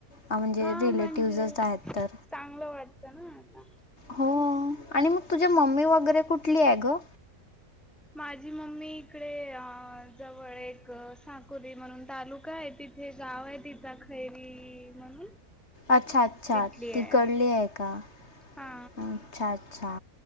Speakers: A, on the left; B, in the centre.
A: अ म्हणजे
B: हा
A: रिलेटिव्हजच
B: म्हणजे
A: आहेत तर
B: चांगलं वाटतं ना आता.
A: हो आणि मग तुझी मम्मी वगैरे कुठली आहे ग
B: माझी मम्मी इकडे जवळ एक साकोरी म्हणून तालुका आहे तिथे थे गाव आहे तिचा खैरी म्हणून
A: अच्छा अच्छा
B: तिथली
A: तीकडली
B: आहे.
A: आहे का
B: हा
A: छान अच्छा